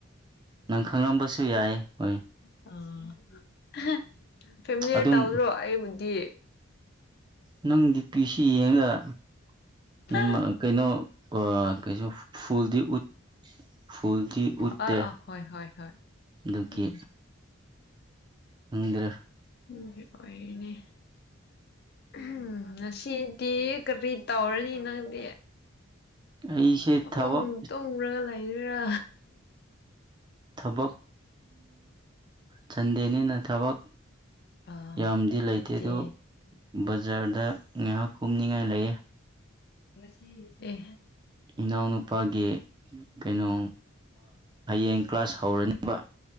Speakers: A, on the right; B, on the left.
A: ꯅꯪ ꯈꯪꯂꯝꯕꯁꯨ ꯌꯥꯏ ꯍꯣꯏ
B: <unintelligible>
A: ꯑꯗꯨꯝ ꯅꯪꯗꯤ ꯄꯤꯁꯤ ꯌꯦꯡꯉꯒ
B: ꯑ
A: ꯀꯩꯅꯣ ꯑ꯬꯬꯬꯬꯬꯬ ꯀꯩꯁꯨ ꯐꯨꯜꯗꯤ ꯎꯠ ꯐꯨꯜꯗꯤ ꯎꯠꯇꯦ
B: ꯑꯥ ꯑꯥ ꯍꯣꯏ ꯍꯣꯏ ꯍꯣꯏ
A: ꯑꯗꯨꯒꯤ
B: ꯎꯝ
A: ꯈꯪꯗ꯭ꯔꯦ
B: ꯎꯝ <inaudible> ꯑꯣꯏꯅꯦ ꯎꯝ ꯁꯤ ꯀꯕꯤ ꯇꯧꯔꯅꯤ ꯅꯪꯗꯤ
A: ꯑꯩꯁꯦ
B: ꯑꯃꯨꯛ
A: ꯊꯕꯛ
B: ꯇꯨꯝꯃꯨꯔꯒ ꯂꯩꯔꯤꯔꯥ
A: ꯊꯕꯛ ꯁꯟꯗꯦꯅꯤꯅ ꯊꯕꯛ
B: ꯑꯥ
A: ꯌꯥꯝꯗꯤ ꯂꯩꯇꯦ
B: ꯁꯨꯇꯤ
A: ꯑꯗꯨ ꯕꯖꯥꯔꯗ ꯉꯥꯏꯍꯥꯛ ꯀꯨꯝꯅꯤꯡꯉꯥꯏ ꯂꯩꯌꯦ
B: <inaudible>
A: ꯏꯅꯥꯎꯅꯨꯄꯥꯒꯤ ꯀꯩꯅꯣ ꯍꯌꯦꯡ ꯀ꯭ꯂꯥꯁ ꯍꯧꯔꯅꯤ <inaudible>